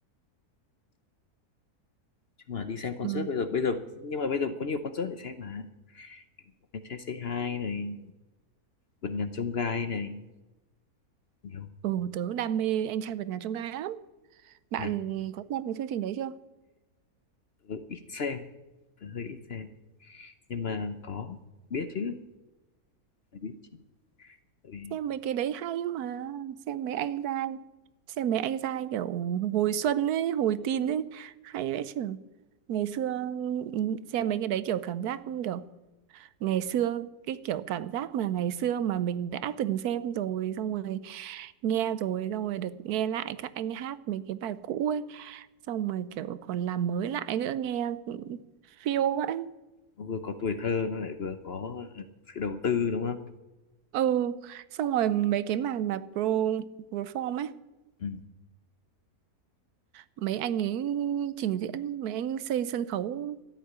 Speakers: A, on the left; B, on the right.
A: chứ mà đi xem concert
B: ừ,
A: bây giờ bây giờ nhưng mà bây giờ cũng có nhiều concert để xem mà Kiểu anh trai Say Hi này vườn ngàn chông gai này nhiều
B: ừ tớ đam mê anh trai vượt ngàn chông gai lắm bạn
A: à,
B: có xem cái chương trình đấy chưa
A: tớ ít xem tớ hơi ít xem nhưng mà có biết chứ phải biết chứ tại vì
B: xem mấy cái đấy hay mà xem mấy anh giai xem mấy anh giai kiểu hồi xuân ấy hồi teen ấy hay vãi chưởng ngày xưa ừ, xem mấy cái đấy kiểu cảm giác kiểu ngày xưa cái kiểu cảm giác mà ngày xưa mà mình đã từng xem rồi xong rồi nghe rồi xong rồi được nghe lại các anh hát mấy cái bài cũ ấy xong rồi kiểu còn làm mới lại nữa nghe phiêu vậy
A: nó vừa có tuổi thơ nó lại vừa có sự đầu tư đúng không
B: ừ xong rồi mấy cái màn mà pro perform ấy
A: Ừ.
B: mấy anh ấy trình diễn mấy anh xây sân khấu